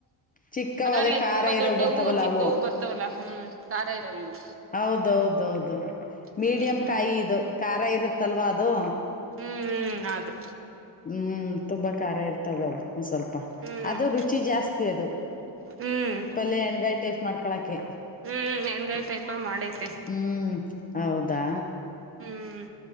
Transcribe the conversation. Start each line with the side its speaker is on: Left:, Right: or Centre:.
Left: ಚಿಕ್ಕವ
Right: ಅದ್ರಲ್ಲೇ
Left: ಅದೇ ಖಾರ
Right: ತುಂಬಾ
Left: ಇರೋ
Right: ದೊಡ್ಡವೂ
Left: ಬರ್ತಾವಲ್ಲ
Right: ಚಿಕ್ಕವು
Left: ಅವು
Right: ಬರ್ತವಲ್ಲ ಹ್ಮ್ ಖಾರ ಇರುತ್ತ್ ಇವು.
Left: ಹೌದೌದೌದು ಮೀಡಿಯಂ
Right: ಹ್ಮ್
Left: ಕಾಯಿ ಇದು ಕಾಯಿ ಖಾರ ಇರುತ್ತಲ್ವಾ ಅದು.
Right: ಹ್ಮ್ ಹ್ಮ್ ಅದು.
Left: ಹ್ಮ್ ತುಂಬಾ ಖಾರ ಇರ್ತವೆ ಅವು ಓ ಸ್ವಲ್ಪ
Right: ಹ್ಮ್
Left: ಅದು ರುಚಿ ಜಾಸ್ತಿ ಅದು
Right: ಹ್ಮ್
Left: ಪಲ್ಯ ಎಣಗಾಯಿ ಟೈಸ್ಟ್ ಮಾಡ್ ಕಳಕ್ಕೆ
Right: ಹ್ಮ್ ಹೆಂಗಾಯಿ ಟೈಪ ಮಾಡೈತೆ
Left: ಹ್ಮ್ ಹೌದಾ
Right: ಹ್ಮ್